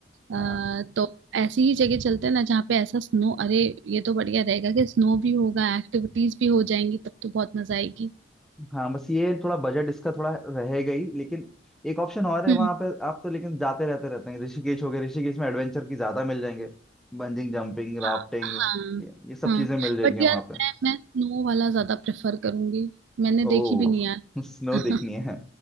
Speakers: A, on the right; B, in the centre.
A: आ,
B: हाँ
A: तो ऐसी ही जगह चलते हैं ना जहाँ पे ऐसा स्नो अरे ये तो बढ़िया रहेगा कि स्नो भी होगा एक्टिविटीज भी हो जाएंगी तब तो बहुत मजा आएगी
B: हाँ बस ये थोड़ा बजट इसका थोड़ा रहेगा ही लेकिन एक ऑप्शन और है
A: हम्म
B: वहाँ पे आप तो लेकिन जाते रहते रहते हैं ऋषिकेश हो गया ऋषिकेश में एडवेंचर की ज्यादा मिल जाएंगे बंजिंग जंपिंग राफ्टिंग
A: हाँ हाँ
B: ये, ये सब
A: हाँ
B: चीजें मिल जाएंगी
A: बट
B: वहाँ
A: यार मैं
B: पे
A: मैं स्नो वाला ज्यादा प्रेफर करूंगी मैंने
B: ओह
A: देखी भी नहीं यार
B: <laughs> स्नो
A: <laughs>
B: देखनी
A: हाँ
B: है